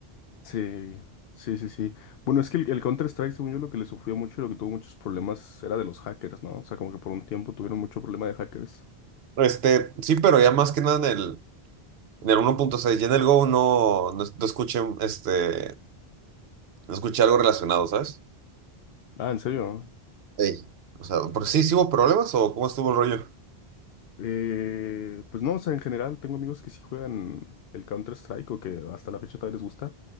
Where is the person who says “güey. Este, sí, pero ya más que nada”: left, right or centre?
Right